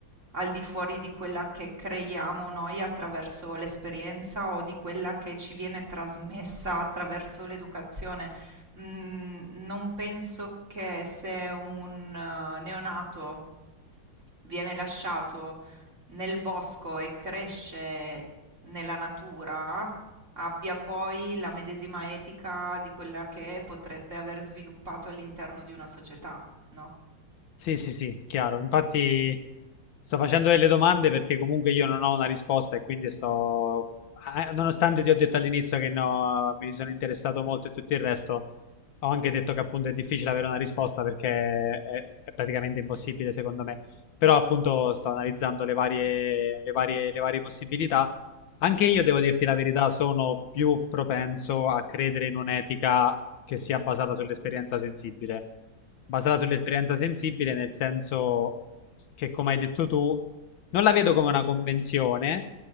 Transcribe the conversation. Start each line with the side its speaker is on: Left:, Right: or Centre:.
Right: al di fuori di quella che creiamo noi attraverso l'esperienza o di quella che ci viene trasmessa attraverso l'educazione. Mm, non penso che se un eh, neonato viene lasciato nel bosco e cresce nella natura, abbia poi la medesima etica di quella che potrebbe aver sviluppato all'interno di una società, no?
Left: Sì, sì, sì, chiaro. Infatti sto facendo delle domande perché comunque io non ho una risposta e quindi sto, eh, nonostante ti ho detto all'inizio che no, mi sono interessato molto e tutto il resto, ho anche detto che appunto è difficile avere una risposta perché è, è praticamente impossibile secondo me. Però appunto sto analizzando le varie, le varie, le varie possibilità. Anche io devo dirti la verità, sono più propenso a credere in un'etica che sia basata sull'esperienza sensibile basata sull'esperienza sensibile, nel senso che, come hai detto tu, non la vedo come una convenzione,